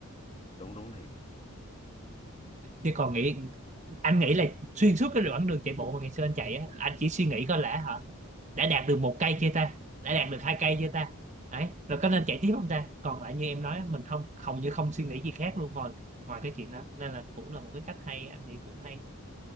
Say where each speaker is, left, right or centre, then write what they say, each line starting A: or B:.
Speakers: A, on the left (about 25°); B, on the right (about 30°).
A: đúng đúng thiệt
B: chứ còn nghĩ anh nghĩ là xuyên suốt cái đoạn đường chạy bộ mà ngày xưa anh chạy á anh chỉ suy nghĩ coi là hả đã đạt được một cây chưa ta đã đạt được hai cây chưa ta đấy rồi có nên chạy tiếp không ta còn lại như em nói mình không hầu như không suy nghĩ gì khác luôn ngoài ngoài cái chuyện đó nên là cũng là một cái cách hay anh nghĩ cũng hay